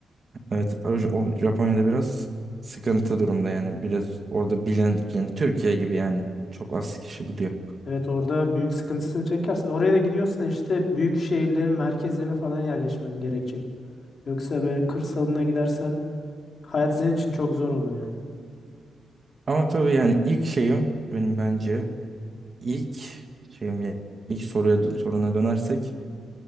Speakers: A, on the right; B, on the left.
A: Evet o o Japonya'da biraz sıkıntı durumda yani. Biraz orada bilen yani Türkiye gibi yani. Çok az kişi biliyor.
B: Evet orada büyük sıkıntısını çekersin. Oraya da gidiyorsan işte büyük şehirlerin merkezlerine falan yerleşmen gerekecek. Yoksa böyle kırsalına gidersen hayat senin için çok zor olur yani.
A: Ama tabii yani ilk şeyim benim bence ilk şeyim yani ilk soruya soruna dönersek